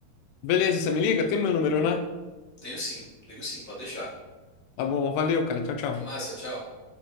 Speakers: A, on the left; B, in the centre.
A: Beleza, você me liga? Tem meu número, né?
B: Tenho sim, ligo sim, pode deixar.
A: Tá bom, valeu, cara. Tchau, tchau.
B: Até mais, tchau, tchau.